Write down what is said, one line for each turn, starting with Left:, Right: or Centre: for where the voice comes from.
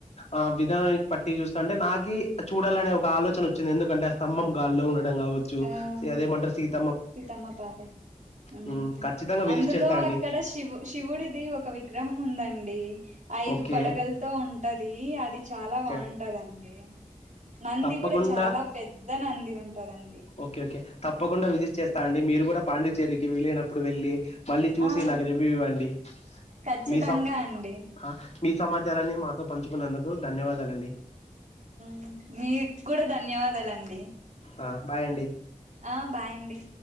Left: ఆ విధానాన్ని పట్టి చూస్తుంటే నాకీ చూడాలనే ఒక ఆలోచన వచ్చింది ఎందుకంటే ఆ స్తంభం గాల్లో ఉం డం కావచ్చు
Right: ఆ
Left: అదేమంటర్ సీత్
Right: సీతమ్మ పాలర్ ఉమ్
Left: హ్మ్ ఖచ్చితంగా విజిట్
Right: అందులో
Left: చేస్తా అండి
Right: అక్కడ శివ్ శివుడిది ఒక విగ్ గ్రహం ఉందండి ఐదు
Left: ఓకే
Right: పడగలతో ఉంటది అది చాలా
Left: ఓకే
Right: బాగుంటదండి నంది
Left: తప్పకుండా
Right: కూడా చాలా పెద్ద నంది ఉంటదం
Left: ఓకే ఓకే తప్పకుండా విజిట్ చేస్తా అండి మీరు కూడా పాండిచ్చేర్రి విలైనప్పుడు వెళ్ళి మళ్ళీ చూసి
Right: ఆ
Left: నాకు రివ్యూ ఇవ్వండి
Right: ఖచ్చితంగా
Left: మీ సప్
Right: అండి
Left: హా సమాచారాన్ని మాతో పంచుకున్నందుకు ధన్యవాదాలం
Right: మ్ మీక్ కూడా ధన్యవాదాలండి
Left: ఆ బాయ్ అండి
Right: ఆ బాయ్ అండి